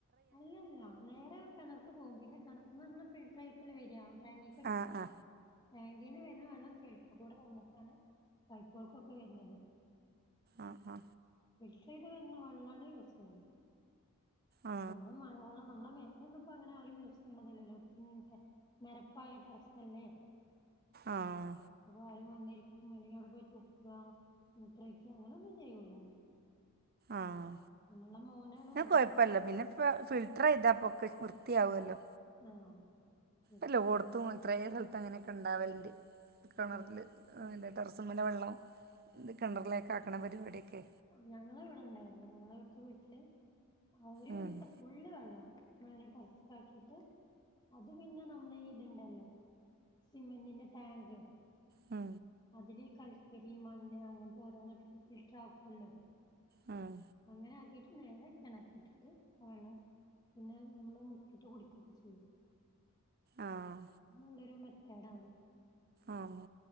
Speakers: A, on the left; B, on the right.
A: അല്ലെല്ലാ നേരെ കെണർക്ക് പോകും പിന്നെ കണർന്ന് നമ്മള് ഫിൽട്ടറയ്ക്ക്ല്ലൃവരൃ ടേങ്കിക്ക്
B: ആ ആ
A: ടേങ്കീന്ന് വെരുന്ന വെള്ളം ഫിൽട്ടർ കൂടെ വന്നിട്ടാണ് പൈപ്പോൾകൊക്കെ വെരുന്നത്
B: ആഹ്
A: ഫിൽട്ടറെയ്ത് വെരുന്നവള്ളാണ് യൂസെയ്യുന്നത്
B: ആ
A: പിന്നെ മഴവള്ളം നമ്മളെ മേലൊന്നുംപ്പോ അങ്ങനെ ആഹ് ആരും യൂസ് ചെയ്യ്ണതല്ലല്ലോ നെരപ്പായ പ്രശ്നല്ലേ
B: ആഹ്
A: അപ്പൊ ആരും വന്നിരിക്കും അല്ലെങ്കിൽ അവിടെ പോയിതുപ്പാ മൂത്രൊഴിക്ക അങ്ങനെന്നും ചെയ്യൂലല്ലോ
B: ആഹ്
A: പിന്നെയുള്ള മോനാണ്
B: ഞകൊഴപ്പല്ല
A: മോനാണ്
B: പിന്നെ പ്പ ഫിൽട്ടർയ്താപ്പോ ക്കെ വൃത്തിയാവോല്ലോ
A: ആഹ് ശരി
B: എല്ലോട്ത്തുംഎത്രേ സ്ഥലത്ത് അങ്ങനെയൊക്കെണ്ടാവലണ്ട് കെണറില്
A: ആഹ്
B: ആഹ് തെ ടെറസ്മ്മലെവെള്ളം ഇത് കെണറിലേക്കാക്ക്ണ പരിപാടിയെക്കെ
A: ഞങ്ങളെവിടെ ണ്ടായിന്നു ഞങ്ങളെവിടുത്തെ വീട്ടില് അവര്
B: ഉം
A: വ്ട്ത്ത ഫുള്ള് വള്ളം മേലെട്ടറ ച്ചാക്കിയിട്ട് അത് പിന്നെ നമ്മൾ ഈത്ണ്ടല്ലോ സിമ്മൻ്റിൻ്റെ ടേങ്ക്
B: മ്
A: അതില് ഈ കൽക്കരി മണ്ണ് അങ്ങനത്തെ ഓരോന്ന് ഫിൽട്ടറാകോല്ലോ
B: ഉം
A: അങ്ങനെ ആക്കിട്ട് നേരെ കെണർ ഇട്ടിട്ട് വേണം പിന്നെ നമ്മൾ മുക്കിയിട്ട് കുടികൊക്കെ ചെയ്യും
B: ആഹ്
A: നല്ലൊരു മെതേടാണ്
B: ആഹ്